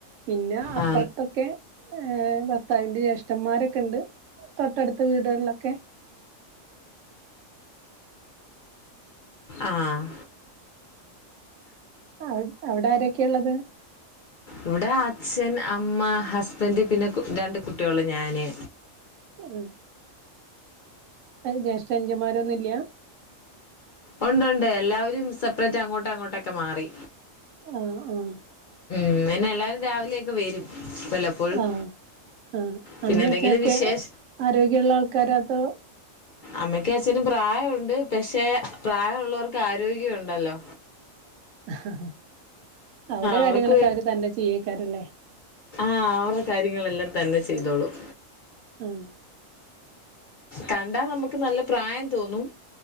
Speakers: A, on the right; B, on the left.
A: പിന്നെ അപ്പുറത്തൊക്കെ
B: ആ
A: ഭർത്താവിന്റെ ജേഷ് ട്ടൻ മാരൊക്കെ ഇണ്ട് തൊട്ടടുത്ത വീടുകളിലൊക്കെ
B: അഹ്
A: ആഹ് അവിടാരെക്കെയാ ഉള്ളത്
B: ഇവിടെ അച്ഛൻ അമ്മ ഹസ്ബൻഡ് പിന്നെ രണ്ട് കുട്ട്യോള് ഞാന്.
A: മം ജേഷ്ട്ടനുജന്മാരൊന്നു ഇല്ല്യ
B: ഒണ്ട് ഒണ്ട് എല്ലാവരും സെപ്രേറ്റാ അങ്ങോട്ട്‌ അങ്ങോട്ടേക്കേ മാറി
A: ആഹ് ആഹ്
B: മ്മ്മ് പിന്നെ എല്ലാരും രാവിലെ ഒക്കെ വരും വല്ലപ്പോഴും
A: ആഹ് ആഹ്
B: പിന്നെ
A: അമ്മേ
B: എന്തെങ്കിലും
A: അച്ഛനൊക്കെ
B: വിശേഷ
A: ആരോഗ്യഒള്ള ആൾക്കാരതോ
B: അമ്മക്കും അച്ഛനും പ്രായം ഉണ്ട് പക്ഷെ പ്രായം ഉള്ളവർക്ക് ആരോഗ്യം ഉണ്ടല്ലോ
A: <unintelligible> ഹ ഹ അവരെ കാര്യങ്ങൾ
B: അവർക്ക്
A: അവര് തന്നെ ചെയ്യയിക്കാരം ലെ
B: ആ അവരെ കാര്യങ്ങൾ എല്ലാം തന്നെ ചെയ്തോളും
A: ഉം
B: കണ്ട നമുക്ക് നല്ല പ്രായം തോന്നും